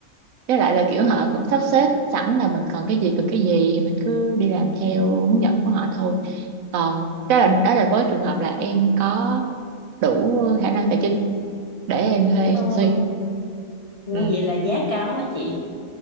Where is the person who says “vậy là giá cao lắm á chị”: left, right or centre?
Left